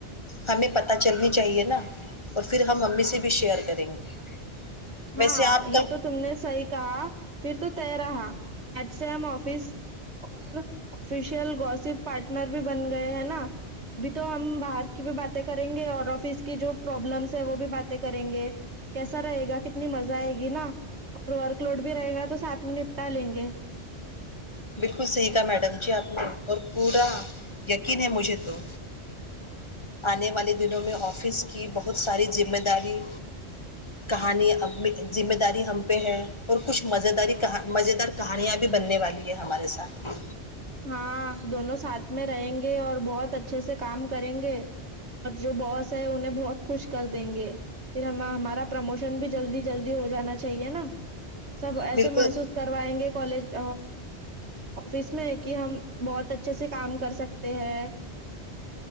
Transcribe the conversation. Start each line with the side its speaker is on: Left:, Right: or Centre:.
Left: ہمیں پتہ چلنی چاہیے نا اور پھر ہم امی سے بھی شیئر کریں گے
Right: ہاں
Left: ویسے آپ
Right: یہ
Left: کل
Right: تو تم نے صحی کہا پھر تو ط رہا آج سے ہم آفس اور آفیشیل گوسپ پارٹنر بھی بن گئے ہیں نا ابھی تو ہم باہر کی بھی باتیں کریں گے اور آفس کی جو پرابلمس ہے وہ بھی باتیں کریں گے کیسا رہے گا کتنی مزہ آئے گی نا اور ورک لوڈ بھی رہے گا تو ساتھ میں نپٹا لیں گے
Left: بالکل صحیح کا میڈم جی آپ نے اور پورا یقین ہے مجھے تو آنے والے دنوں میں آفس کی بہت ساری ذمہ داری کہانی ذمہ داری ہم پہ ہے اور کچھ مز داری مز دار کہانیاں بھی بننے والی یہ ہمارے ساتھ ہے
Right: ہاں دونوں ساتھ میں رہیں گے اور بہت اچھے سے کام کریں گے اور جو باس ہے انہیں بہت خوش کر دیں گے پھر ہم ہمارا پرموشن بھی جلدی جلدی ہو جانا چاہیے نا سب ایسے
Left: بالکل
Right: محسوس کروائیں گے کالج آفس میں ایک کہ ہم بہت اچھے سے کام کر سکتے ہیں